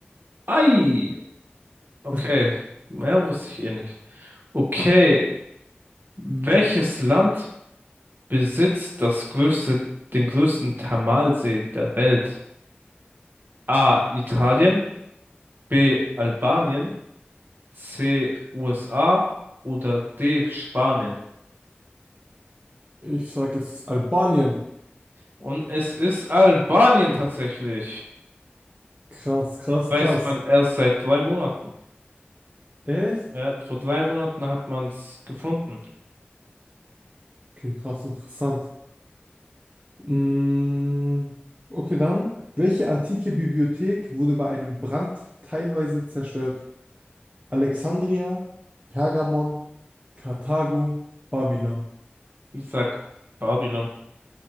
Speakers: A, on the right; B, on the right.
A: Ei! Okay.
B: <laughs>
A: Ja, wusste ich eh nicht. Okay. Welches Land besitzt das größte, den größten Thermalsee der Welt? A. Italien, B. Albanien, C. USA oder D. Spanien.
B: Ich sag, es ist Albanien.
A: Und es ist Albanien tatsächlich.
B: Krass, krass,
A: Weiß
B: krass.
A: man erst seit drei Monaten.
B: Echt?
A: Ja, vor drei Monaten hat man es gefunden.
B: Okay, krass, interessant. Mm, Okay, dann. Welche antike Bibliothek wurde bei einem Brand teilweise zerstört? Alexandria, Pergamon, Karthago, Babylon.
A: Ich sag Babylon.